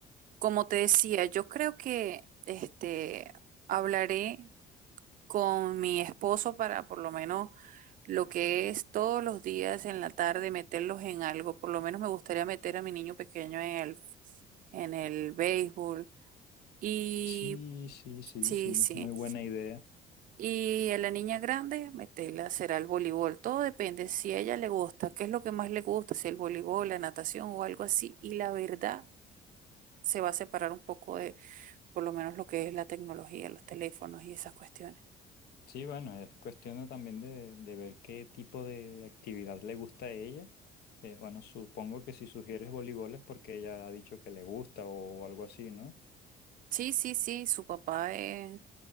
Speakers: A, on the right (about 55°); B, on the left (about 75°).
A: Como te decía, yo creo que este hablaré con mi esposo para por lo menos lo que es todos los días en la tarde meterlos en algo. Por lo menos me gustaría meter a mi niño pequeño en el en el béisbol y
B: Sí, sí, sí,
A: sí,
B: sí,
A: sí.
B: muy buena idea.
A: Y a la niña grande meterla será el voleibol. Todo depende si a ella le gusta, qué es lo que más le gusta, si el voleibol, la natación o algo así. Y la verdad se va a separar un poco de por lo menos lo que es la tecnología, los teléfonos y esas cuestiones.
B: Sí, bueno, es cuestión de también de, de ver qué tipo de, de actividad le gusta a ella. Eh, bueno, supongo que si sugieres voleibol es porque ella ha dicho que le gusta o algo así, ¿no?
A: Sí, sí, sí, su papá es,